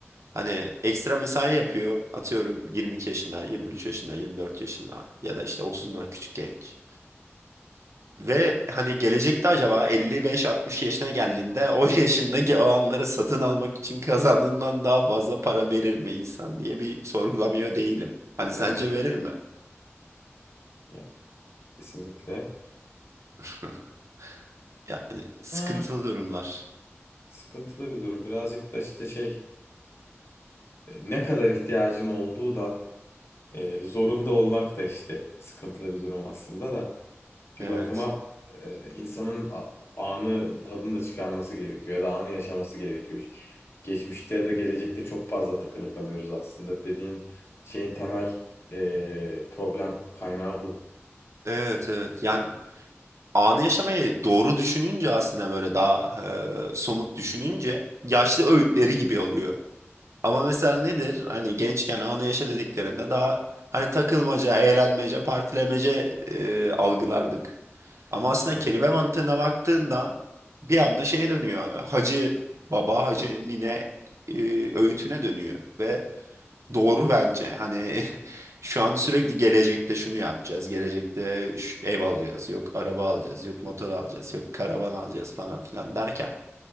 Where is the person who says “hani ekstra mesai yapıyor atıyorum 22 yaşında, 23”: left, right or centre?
Right